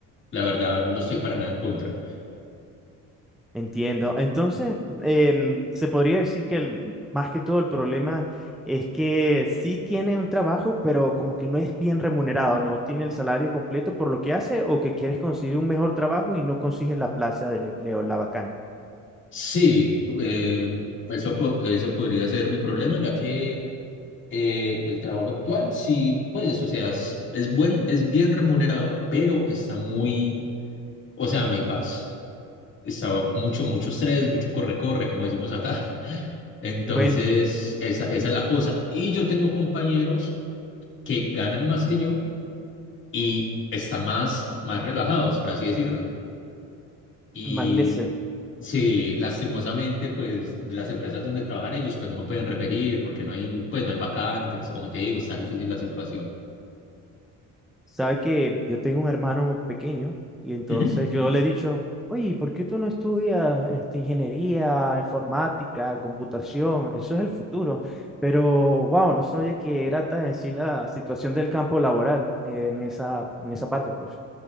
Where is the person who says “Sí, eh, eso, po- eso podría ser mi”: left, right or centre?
Left